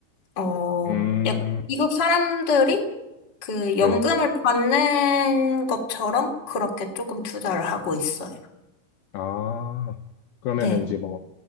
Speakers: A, on the left (about 25°); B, on the left (about 75°).
A: 어,
B: 음,
A: 약- 미국 사람들이 그 연금을
B: 네.
A: 받는 것처럼 그렇게 조금 투자를 하고 있어요.
B: 아, 그러면은
A: 네.
B: 이제 뭐,